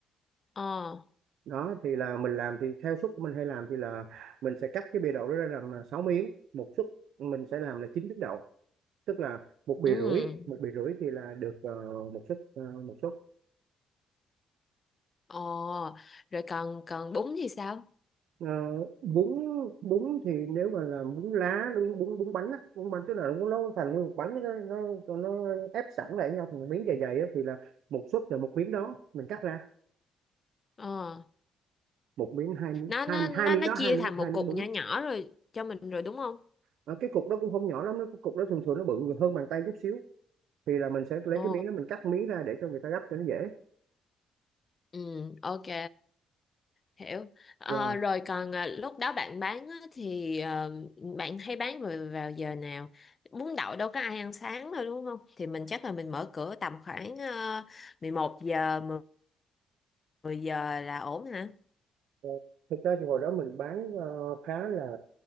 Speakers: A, on the left; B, on the right.
A: Ờ,
B: đó thì là mình làm thì theo suất của mình hay làm thì là mình sẽ cắt cái bìa đậu đó ra làm à, 6 miếng một suất mình sẽ làm là 9 miếng đậu tức là một bìa
A: ừ.
B: rưỡi một bìa rưỡi thì là được ờ, một suất ờ, một suất
A: Ờ, rồi còn còn bún thì sao?
B: Ờ, bún bún thì nếu mà là bún lá bún bún bún bánh á, bún bánh tức là nó nó thành nguyên một bánh nó, nó, nó ép sẵn lại với nhau thành một miếng dày dày á, thì là một suất là một miếng đó mình cắt ra
A: Ờ,
B: một miếng hai miếng
A: nó
B: hai,
A: nó nó
B: hai miếng
A: nó
B: đó hai
A: chia
B: miếng
A: thành
B: hai
A: một
B: miếng
A: cục
B: bún
A: nhỏ nhỏ rồi cho mình rồi đúng không?
B: Ờ, cái cục đó cũng không nhỏ lắm nó- cái cục đó thường thường nó bự hơn bàn tay chút xíu thì là mình sẽ lấy
A: Ờ,
B: cái miếng đó mình cắt miếng ra để cho người ta gấp cho nó dễ
A: ừ, ok. hiểu Ờ,
B: rồi
A: rồi còn à, lúc đó bạn bán á, thì ờ, bạn hay bán rồi vào giờ nào bún đậu đâu có ai ăn sáng đâu đúng không thì mình chắc là mình mở cửa tầm khoảng uh, mười một giờ mười mười giờ là ổn hả
B: ờ, thực ra thì hồi đó mình bán ờ, khá là